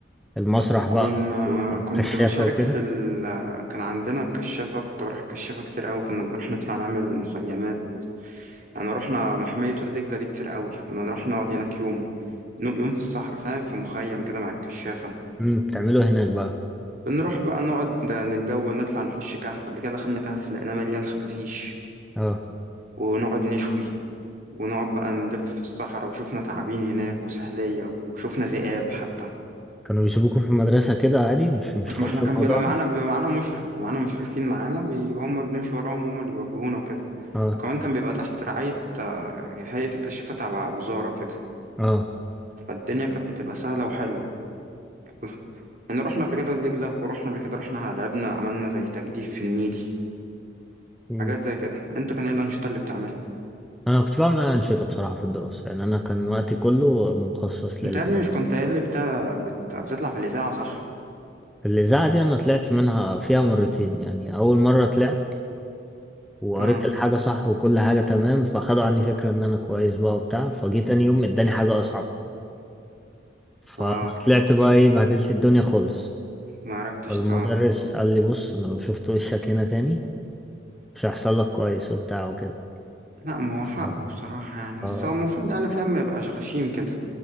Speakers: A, in the centre; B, on the right.
A: المسرح
B: كنا
A: بقى الكشافة
B: كنت بشارك
A: وكده
B: في ال... كان عندنا الكشافة كنت بروح الكشافة كتير قوي كنا بنروح نطلع نعمل مخيمات يعني رحنا محمية وادي دجلة دي كتير قوي كنا نروح نقعد هناك يوم نو- يوم في الصحراء فاهم في مخيم كده مع الكشافة
A: امم بتعملوا إيه هناك بقى
B: بنروح بقى نقعد نتجول نطلع نخش كهف قبل كده دخلنا كهف لقيناه مليان خفافيش
A: اه
B: ونقعد نشوي ونقعد بقى نلف في الصحراء وشوفنا تعابين هناك وسحلية وشوفنا ذئاب حتى
A: كانوا بيسيبوكم في المدرسة كده عادي مش مش خاطر
B: ما احنا كان
A: الموضوع
B: بيبقى معانا
A: ده
B: بيبقى معانا مشرف بيبقى معانا مشرفين معانا بي... وهم بنمشي وراهم وهم اللي بيوجهونا وكده
A: اه
B: وكمان كان بيبقى تحت رعاية آه، هيئة الكشافات تبع وزارة كده
A: اه
B: فالدنيا كانت بتبقى سهلة وحلوة <laughs> يعني رحنا قبل كده دجلة ورحنا قبل كده رحنا لعبنا عملنا زي تجديف في النيل
A: مم.
B: حاجات زي كده انت كان ايه الأنشطة اللي بتعملها؟
A: انا كنت بعمل أنشطة بصراحة في الدراسة يعني انا كان وقتي كله مخصص لل
B: انت يا ابني مش كنت قايل لي بتاع بت... بتطلع في الإذاعة صح؟
A: الإذاعة دي أنا طلعت منها فيها مرتين يعني أول مرة طلعت وقريت
B: اه
A: الحاجة صح وكل حاجة تمام فخدوا عني فكرة إن أنا كويس بقى وبتاع فجيت تاني يوم إداني حاجة أصعب فطلعت
B: اه
A: بقى إيه بهدلت الدنيا خالص
B: ما عرفتش
A: فالمدرس
B: ت...
A: قال لي بص أنا لو شفت وشك هنا تاني مش هيحصل لك كويس وبتاع وكده
B: لا ما هو
A: ف-
B: حقه بصراحة يعني
A: ف-
B: بس هو المفروض يعني فاهم ما يبقاش غشيم كده